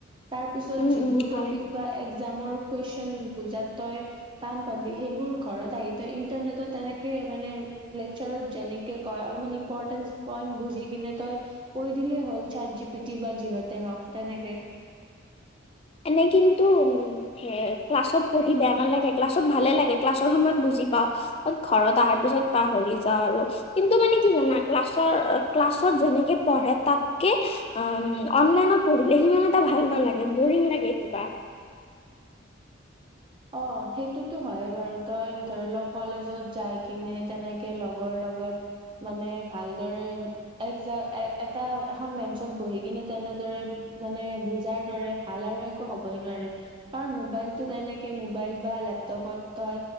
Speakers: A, on the right; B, on the left.
A: তাৰপিছত
B: উম
A: যিবোৰ
B: উম
A: টপিক
B: হয়
A: বা একজামৰ কুৱেশন বুজাত তই টান পাবি সেইবোৰ ঘৰত আহি ইন্টাৰনেটত তেনেকে মানে লেকচাৰত যেনেকে কয় অলপমান ইম্পৰ্টেন্স পইণ্ট বুজি কিনে তই কৈ দিলেই হ'ল চাত জিপিটি বা যিহতে হওঁক তেনেকে।
B: এনেই কিন্তু উম সেই ক্লাছত পঢ়ি বেয়া নালাগে ক্লাছত ভালে লাগে ক্লাছৰ সময়ত বুজি পাওঁ। ঘৰত অহাৰ পিছত পাহৰি যাওঁ আৰু। কিন্তু মানে কি জানা ক্লাছৰ ক্লাছত যেনেকে পঢ়ে তাতকে অ', অনলাইনত পঢ়িলে সিমান এটা ভাল নালাগে বৰিং লাগে কিবা।
A: অ', সেইটোতো হয়ে বাৰু তই ধৰি ল কলেজত যায় কিনে তেনেকে লগৰ লগত মানে ভালদৰে একজাম এ এটা এখন বেঞ্চত বহি কিনে তেনেদৰে মানে বুজাৰ দৰে ভাল আৰু হ'বই নোৱাৰে কাৰণ মোবাইলতো তেনেকে মোবাইল বা লেপটপত তই